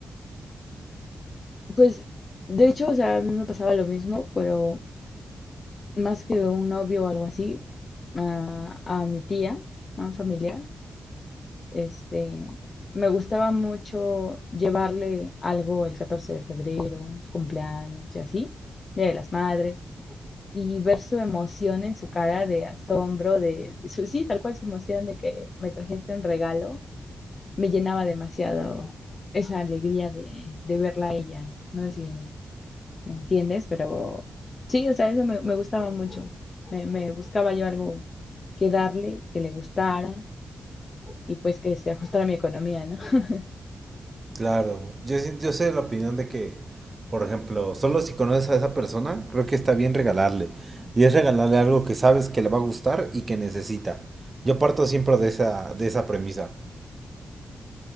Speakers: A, on the left; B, on the right.
A: pues de hecho, o sea, a mí me pasaba lo mismo, pero más que un novio o algo así, a, a mi tía, a un familiar, este, me gustaba mucho llevarle algo el 14 de febrero, su cumpleaños y así, Día de las Madres, y ver su emoción en su cara de asombro, de, de su, sí, tal cual su emoción de que me trajiste un regalo, me llenaba demasiado esa alegría de, de verla a ella. No sé si me ¿me entiendes? Pero sí, o sea, eso me, me gustaba mucho. Me, me buscaba yo algo que darle, que le gustara y pues que se ajustara a mi economía, ¿no? <laughs>
B: Claro, yo, sí- yo sé la opinión de que, por ejemplo, solo si conoces a esa persona, creo que está bien regalarle. Y es regalarle algo que sabes que le va a gustar y que necesita. Yo parto siempre de esa, de esa premisa.